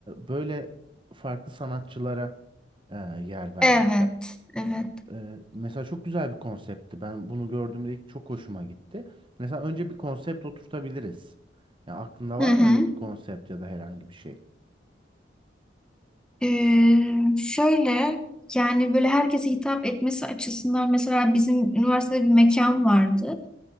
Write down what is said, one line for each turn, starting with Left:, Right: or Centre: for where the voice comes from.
Right: böyle farklı sanatçılara e, yer vermişler.
Centre: Evet, evet.
Right: E, mesela çok güzel bir konseptti. Ben bunu gördüğümde ilk çok hoşuma gitti. Mesela önce bir konsept oturtabiliriz. Ya aklında
Centre: Hı
Right: var
Centre: hı.
Right: mı öyle bir konsept ya da herhangi bir şey?
Centre: Ee, şöyle yani böyle herkese hitap etmesi açısından mesela bizim üniversitede bir mekan vardı.